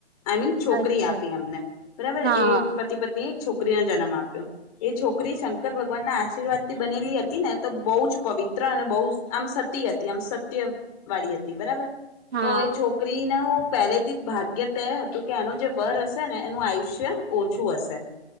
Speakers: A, on the left; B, on the right.
A: આઈ મીન છોકરી
B: અચ્છા
A: આપી એમને બરાબર
B: હા
A: એ પતિ પત્ની એક છોકરીને જન્મ આપ્યો એ છોકરી શંકર ભગવાન ના આશીર્વાદ થી બનેલી હતી ને તો બહુ જ પવિત્ર અને બહુ જ આમ સતી હતી આમ સત્ય વાળી હતી બરાબર
B: હા
A: તો એ છોકરીને હું પહેલેથી જ ભાગ્ય તેઅ હતું કે એનો જે વર હશે ને એનું આયુષ્ય ઓછું હશે